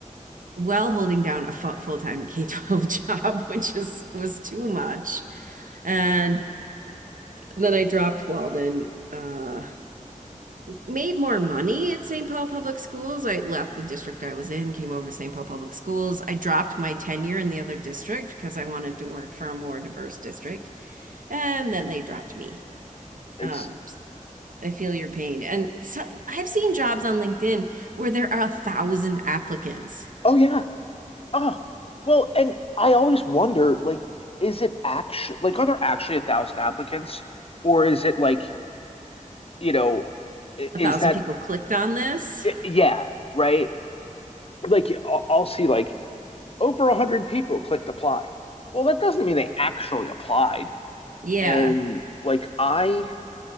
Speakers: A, on the right; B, on the left.
A: while holding down a full time K 12 <laughs> job, which is, was too much. And then I dropped Walden. Uh, made more money at St. Paul Public Schools. I left the district I was in, came over to St. Paul Public Schools. I dropped my tenure in the other district because I wanted to work for a more diverse district. And then they dropped me.
B: It's,
A: Um, I feel your pain. And so I've seen jobs on LinkedIn where there are a thousand applicants,
B: oh, yeah. Oh, well, and I always wonder, like, is it actually like are there actually a thousand applicants, or is it like, you know, i- is
A: a thousand
B: that
A: people clicked on this.
B: i- yeah, right? Like, I'll, I'll see like over a hundred people clicked apply. Well, that doesn't mean they actually applied.
A: Yeah.
B: And like, I